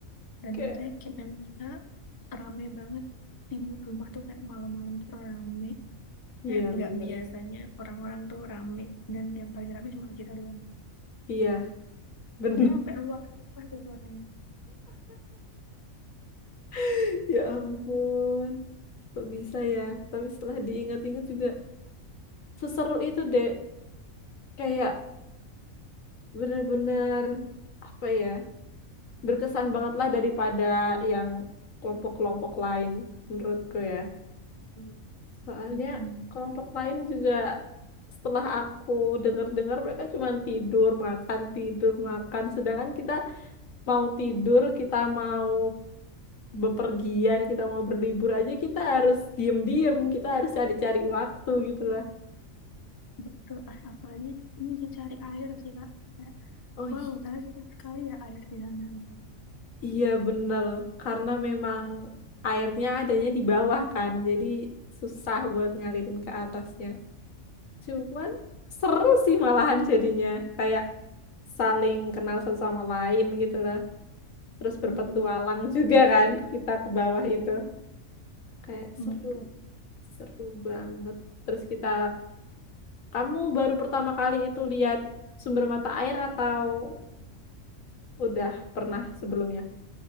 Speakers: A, on the left (about 20°); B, on the left (about 70°).
A: Dan
B: kayak
A: katanya camp emang kita rame banget. Di rumah tuh kayak malam-malam tuh rame. Kayak
B: iya
A: nggak
B: bener
A: biasanya orang-orang tuh rame. Dan yang paling rame cuma kita doang.
B: iya bener
A: Katanya sampai luar rumah tuh suaranya.
B: <laughs> ya ampun kok bisa ya tapi setelah diingat-ingat juga seseru itu deh kayak bener-bener apa ya berkesan banget lah daripada yang kelompok-kelompok lain menurutku ya
A: Mm-mm.
B: Soalnya
A: Mm-mm.
B: kelompok lain juga setelah aku dengar-dengar mereka cuma tidur, makan, tidur, makan. Sedangkan kita mau tidur, kita mau bepergian, kita mau berlibur aja kita harus diem-diem, kita harus cari-cari waktu gitu lah.
A: Betul. Ah, apalagi ini sih cari air sih, Kak. Kayak,
B: Oh i-
A: wow, ternyata sekali ya air di sana. Gitu.
B: iya bener, karena memang airnya adanya di bawah kan, jadi susah buat ngalirin ke atasnya. Cuman seru sih malahan jadinya. Kayak saling kenal satu sama lain gitu loh. Terus berpetualang
A: Mm-mm.
B: juga kan kita ke bawah itu. Kayak
A: Betul.
B: seru, seru banget. Terus kita, kamu baru pertama kali itu lihat sumber mata air atau udah pernah sebelumnya?